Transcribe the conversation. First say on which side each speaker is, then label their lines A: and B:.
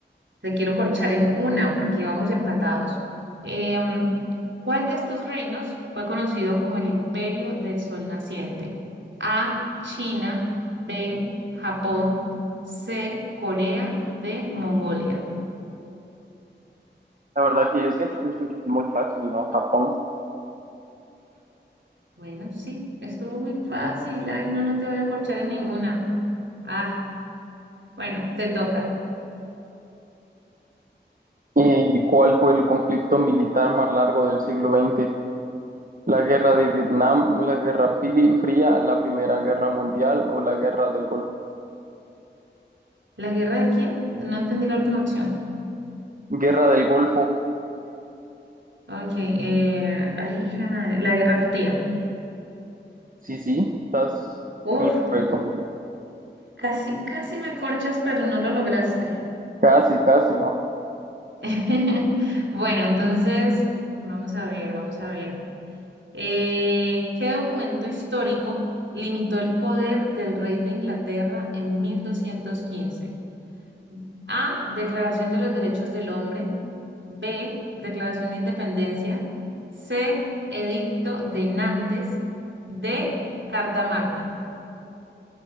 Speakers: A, on the right (about 80°); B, on the right (about 45°).
A: Te quiero corchar en una porque íbamos empatados. Em, ¿cuál de estos reinos fue conocido como el Imperio del Sol Naciente? A, China, B, Japón, C, Corea, D, Mongolia.
B: La verdad que yo siento que es muy fácil, ¿no? Japón.
A: Bueno, sí, estuvo muy fácil. Ay, no, no te voy a corchar en ninguna. Ah, bueno, te toca.
B: ¿Y cuál fue el conflicto militar más largo del siglo XX? ¿La guerra de Vietnam, la guerra Fri- fría, la Primera Guerra Mundial o la guerra del Golfo?
A: ¿La guerra de quién? No entendí la última opción.
B: Guerra del Golfo.
A: Ok, eh, ay, hija de madre, la Guerra Fría.
B: Sí, sí, estás
A: Uf,
B: en lo correcto.
A: Casi, casi me corchas, pero no lo lograste.
B: Casi, casi, ¿no?
A: <laughs> Bueno, entonces, vamos a ver, vamos a ver. Eh, ¿qué documento histórico limitó el poder del rey de Inglaterra en 1215? A. Declaración de los Derechos del Hombre. B. Declaración de Independencia. C. Edicto de Nantes. D. Carta Magna.